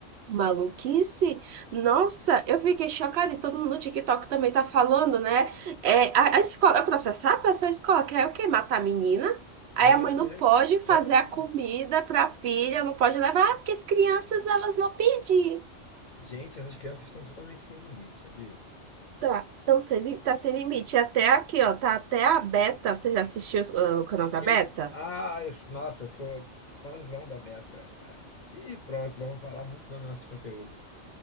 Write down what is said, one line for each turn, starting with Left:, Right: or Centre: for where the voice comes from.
Right: Maluquice? Nossa, eu fiquei chocada e todo mundo no TikTok também tá falando, né? É, a, a escola, eu processava essa escola, quer o quê? Matar a menina? Aí
Left: Né,
Right: a mãe
Left: né?
Right: não pode
Left: Que ideia.
Right: fazer a comida pra filha, não pode levar, ah, porque as crianças elas vão pedir.
Left: Gente, essas crianças estão totalmente sem limite, sabia?
Right: Tá, Então sem, li- tá sem limite. E Até aqui, ó, tá até a Beta, você já assistiu ah, o canal da
Left: Eu,
Right: Beta?
Left: ah, isso- nossa, eu sou fãzão da Beta. E pronto, vamos falar muito dos nossos conteúdos.